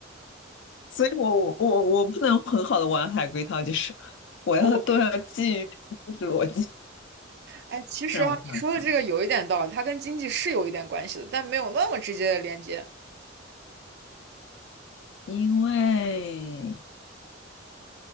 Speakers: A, on the left; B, on the right.
A: <laughs> 所以我我我我不能很好的玩海龟汤，就是我要都要基于就是逻辑，
B: 我哎，其实啊，
A: 让我想，
B: 你说的这个有一点道理，它跟经济是有一点关系的，但没有那么直接的连接。
A: 因为。